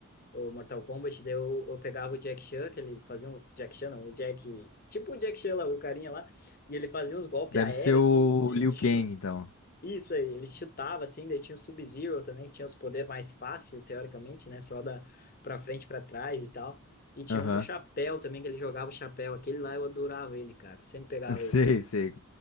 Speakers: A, on the left; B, on the left.
A: o Mortal Kombat, daí eu, eu pegava o Jack Chan, que ele fazia um... Jack Chan não, o Jack... Tipo o Jack Chan lá, o carinha lá, e ele fazia uns golpes
B: Deve
A: aéreos,
B: ser o
A: assim, de,
B: Liu
A: de
B: Kang,
A: chute.
B: então.
A: Isso aí, ele chutava, assim, daí tinha o Sub-Zero também, que tinha os poderes mais fáceis teoricamente, né? Só da pra frente, pra trás e tal. E tinha
B: Aham.
A: um do chapéu também, que ele jogava o chapéu. Aquele lá eu adorava ele, cara. Sempre pegava
B: <laughs> Sei,
A: ele.
B: sei.